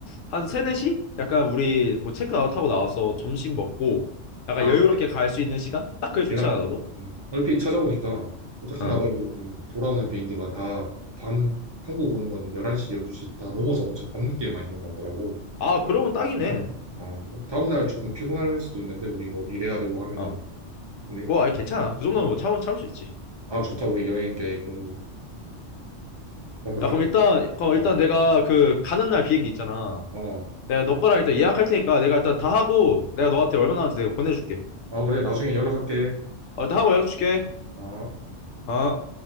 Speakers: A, on the left; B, on the right.
A: 한 세네 시? 약간 우리 뭐 체크아웃하고 나와서 점심 먹고 약간
B: 아
A: 여유롭게 갈 수 있는 시간? 딱 그게 좋지
B: 내가
A: 않아 너도?
B: 음, 얼핏 찾아보니까 오타키나발루는
A: 응.
B: 돌아오는 비행기가 다 밤 한국 오는 거는 11시, 12시 다 넘어서 엄청 밤늦게만 있는 것 같더라고.
A: 아 그러면 딱이네.
B: 괜찮을까? 아, 그래? 다음날 조금 피곤할 수도 있는데 우리 뭐 일해야 되고 하면은
A: 어.
B: 근데
A: 뭐 아니 괜찮아. 그 정도는 뭐 참을 참을 수 있지.
B: 아, 좋다. 우리 여행 계획 너무 완벽한데?
A: 야 그럼 일단 그
B: 아,
A: 일단 내가 그 가는 날 비행기 있잖아.
B: 아, 아.
A: 내가 너 거랑 일단 예약할 테니까 내가 일단 다 하고 내가 너한테 얼마나 하는지 내가 보내줄게.
B: 아, 그래. 나중에 연락할게.
A: 어, 일단 하고 연락 줄게.
B: 아.
A: 어.